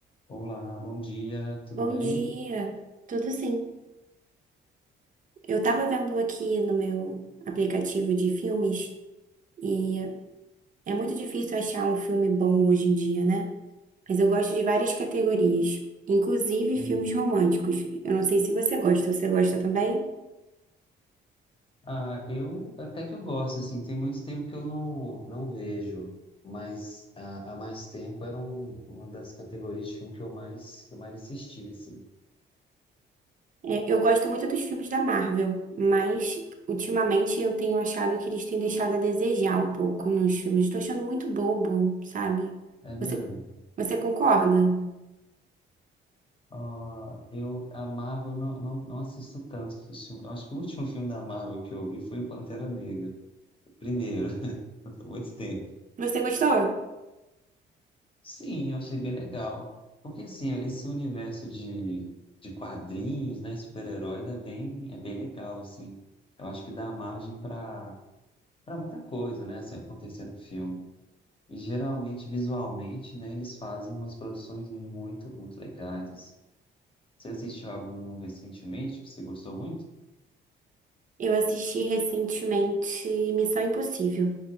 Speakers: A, on the left (about 25°); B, on the right (about 40°).
A: Olá, bom dia, tudo
B: Bom
A: bem?
B: dia, tudo sim. Eu tava vendo aqui no meu aplicativo de filmes e é muito difícil achar um filme bom hoje em dia, né? Mas eu gosto de várias categorias, inclusive
A: Uhum.
B: filmes românticos. Eu não sei se você gosta, você gosta também?
A: Ah, eu até que eu gosto, assim, tem muito tempo que eu não, não vejo, mas ah, há mais tempo era um- uma das categorias de filme que eu mais, que eu mais assisti, assim.
B: É, eu gosto muito dos filmes da Marvel, mas ultimamente eu tenho achado que eles têm deixado a desejar um pouco nos filmes. Estou achando muito bobo, sabe?
A: É mesmo?
B: Você, você concorda?
A: Ah, eu, a Marvel, eu não, não, não assisto tanto filme. Eu acho que o último filme da Marvel que eu vi foi o Pantera Negra, o primeiro, <laughs> foi muito tempo.
B: Você gostou?
A: Sim, eu achei bem legal. Porque assim, esse universo de, de quadrinhos, né, super-heróis é bem, é bem legal, assim. Eu acho que dá margem para para muita coisa, né, assim, acontecer no filme. E geralmente, visualmente, né, eles fazem umas produções muito, muito legais. assim. Você assistiu algum recentemente que você gostou muito?
B: Eu assisti recentemente Missão Impossível,